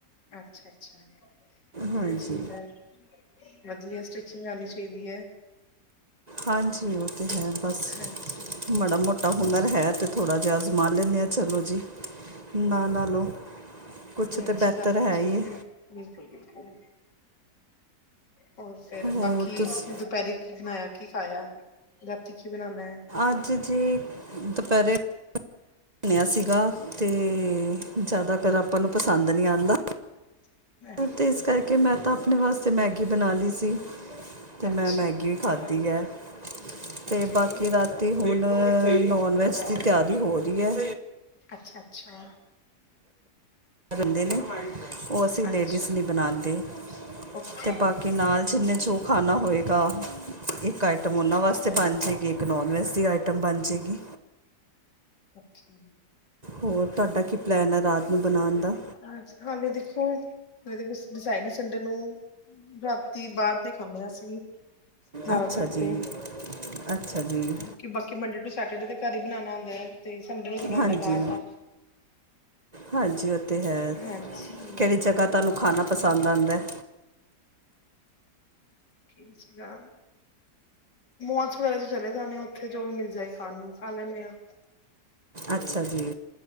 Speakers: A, on the left; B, on the right.
A: ਅੱਛਾ ਅੱਛਾ
B: ਹਾਂਜੀ
A: ਹੋ ਚੀਜ਼ ਹੈ ਵਧੀਆ ਸਟਿਚਿੰਗ ਆਣੀ ਚਾਈਦੀ ਹੈ
B: ਹਾਂਜੀ ਉਹ ਤੇ ਹੈ ਬਸ
A: ਹਾਂਜੀ
B: ਮਾੜਾ ਮੋਟਾ ਤਾਂ ਹੁਨਰ ਹੈ ਤੇ ਥੋੜ੍ਹਾ ਜਿਹਾ ਅਜ਼ਮਾ ਲੈਂਦੇ ਹਾਂ ਚਲੋ ਜੀ ਨਾ ਨਾਲੋਂ ਕੁਛ
A: ਨਹੀਂ ਅੱਛੀ
B: ਤੇ ਬਿਹਤਰ
A: ਗੱਲ
B: ਹੈ
A: ਆ ਅ ਚੀਜ਼
B: ਹੀ ਹੈ।
A: ਬਿਲਕੁਲ ਬਿਲਕੁਲ ਹੋਰ ਫੇਰ
B: ਹੋਰ
A: ਬਾਕੀ
B: ਤੁਸ
A: ਦੁਪੈਰੀ ਕੀ ਬਣਾਇਆ ਕੀ ਖਾਇਆ ਰਾਤੀ ਕੀ ਬਣਾਉਣਾ ਹੈ
B: ਅੱਜ ਜ ਦੁਪਹਿਰੇ ਬਣਿਆ ਸੀਗਾ ਤੇ ਜ਼ਿਆਦਾਤਰ ਆਪਾਂ ਨੂੰ ਪਸੰਦ ਨਹੀਂ ਆਉਂਦਾ
A: ਹੈ
B: ਅਤੇ ਇਸ ਕਰਕੇ ਮੈਂ ਤਾਂ ਆਪਣੇ ਵਾਸਤੇ ਮੈਗੀ ਬਣਾ ਲਈ ਸੀ ਤੇ
A: ਅੱਛਾ
B: ਮੈਂ ਮੈਗੀ ਖਾਧੀ ਹੈ
A: ਓਕੇ
B: ਤੇ ਬਾਕੀ ਰਾਤੀ ਹੁਣ ਨੋਨ ਵੈਜ ਦੀ ਤਿਆਰੀ ਹੋ ਰਹੀ ਹੈ
A: ਅੱਛਾ ਅੱਛਾ
B: ਰਹਿੰਦੇ ਨੇ ਉਹ ਅਸੀਂ ਲੇਡੀਜ਼
A: ਅੱਛਾ
B: ਨੇ ਹੀਂ ਬਨਾਤੀ ਅਤੇ
A: ਓਕੇ
B: ਬਾਕੀ ਨਾਲ ਜਿੰਨੇ ਚ ਖਾਨਾ ਹੋਏਗਾ ਇੱਕ ਆਈਟਮ ਉਹਨਾਂ ਵਾਸਤੇ ਬਣ ਜਾਏਗੀ ਇੱਕ ਨੋਨ ਵੈੱਜ ਦੀ ਆਈਟਮ ਬਣ ਜਾਏਗੀ
A: <unintelligible>
B: ਹੋਰ ਤੁਹਾਡਾ ਕੀ ਪਲੈਨ ਆ ਰਾਤ ਨੂੰ ਬਣਾਉਣ ਦਾ
A: ਹਾਂਜੀ ਹਾਲੇ ਦੇਖੋ ਹਜੇ ਕੁਛ ਡਿਸਾਈ ਨੀ ਸੰਡੇ ਨੂੰ ਰਾਤੀ ਬਾਹਰ ਦੇ ਖਾਂਦੇ ਹਾਂ ਸੀ ਜ਼ਦਾ
B: ਅੱਛਾ
A: ਤਰ
B: ਜੀ
A: ਤੇ
B: ਅੱਛਾ ਜੀ
A: ਕਿ ਬਾਕੀ ਮੰਡੇ ਟੂ ਸੈਟਰਡੇ ਦੇ ਘਰ ਹੀ ਬਣਾਉਣਾ ਹੁੰਦਾ ਹੈ। ਤੇ ਸੰਡੇ ਨੂੰ ਥੋੜਾ ਹੁੰਦਾ
B: ਹਾਂਜੀ
A: ਬਾਹਰ ਦਾ
B: ਹਾਂਜੀ ਉਹ ਤੇ ਹੈ
A: ਹਾਂਜੀ
B: ਕਿਹੜੀ ਜਗਾ ਤੁਹਾਨੂੰ ਖਾਣਾ ਪਸੰਦ ਆਦਾ ਹੈ
A: ਠੀ ਸੀਗਾ ਮੋਲਸ ਵਗੈਰਾ ਚ ਚਲੇ ਜਾਣੇ ਆ ਉੱਥੇ ਜੋ ਵੀ ਮਿਲ ਜਾਏ ਖਾਣ ਨੂੰ ਖਾ ਲੈਂਨੇ ਹਾਂ
B: ਅੱਛਾ ਜੀ